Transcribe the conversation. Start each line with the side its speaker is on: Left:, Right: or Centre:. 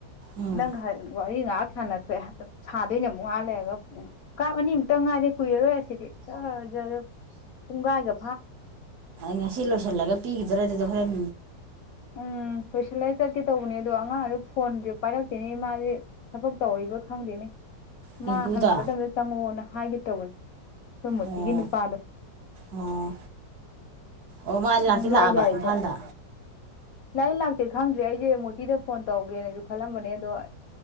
Right: ꯎꯝ
Left: ꯅꯪꯒ ꯋꯥꯔꯤ ꯉꯥꯏꯍꯥꯛ ꯁꯥꯟꯅ ꯊꯣꯛꯑꯦ ꯑꯗꯨꯝ ꯁꯥꯗꯣꯏꯅ ꯑꯃꯨꯛ ꯉꯥꯢꯍꯥꯛꯂꯩꯔꯒ ꯀꯥꯞ ꯑꯅꯤ ꯑꯃꯨꯛꯇꯪ ꯉꯥꯏꯔꯦ ꯀꯨꯏꯔꯔꯣꯏ ꯑꯁꯤꯗꯤ ꯖꯔꯖꯔ ꯨꯄꯨꯡꯒꯥꯏꯒ
Right: ꯉꯁꯤ ꯂꯣꯏꯁꯤꯜꯂꯒ ꯄꯤꯈꯤꯗ꯭ꯔꯥ ꯑꯗꯨꯗꯣ ꯍꯣꯔꯦꯟ
Left: ꯎꯝ ꯂꯣꯏꯁꯤꯜꯂꯥꯏ ꯆꯠꯀꯦ ꯇꯧꯕꯅꯦ ꯑꯗꯣ ꯑꯉꯥꯡꯗ ꯐꯣꯟꯁꯨ ꯄꯥꯏꯔꯛꯇꯦꯅꯦ ꯏꯃꯥꯁꯦ ꯊꯕꯛ ꯇꯧꯔꯤꯕ ꯈꯪꯗꯦꯅꯦ
Right: ꯄꯤꯡꯀꯨꯗ
Left: ꯃꯥ ꯍꯟꯕ ꯃꯇꯝꯗ ꯆꯪꯉꯛꯑꯣꯅ ꯍꯥꯏꯒꯦ ꯇꯧꯕꯅꯦ ꯑꯩꯈꯣꯏ ꯃꯣꯇꯤꯒꯤ
Right: ꯑꯣ
Left: ꯅꯨꯄꯥꯗꯣ
Right: ꯑꯣ ꯑꯣ ꯃꯥꯗꯤ
Left: ꯅꯣꯡꯃꯥꯏ
Right: ꯂꯥꯛꯇꯤ ꯂꯥꯛꯑꯕ
Left: ꯒꯥꯔꯤꯗ
Right: ꯏꯝꯐꯥꯜꯗ
Left: ꯂꯥꯛꯏ ꯂꯥꯛꯇꯦ ꯈꯪꯗ꯭ꯔꯦ ꯑꯩꯁꯦ ꯃꯣꯇꯤꯗ ꯐꯣꯟ ꯇꯧꯒꯦꯅꯁꯨ ꯈꯜꯂꯝꯕꯅꯦ ꯑꯗꯣ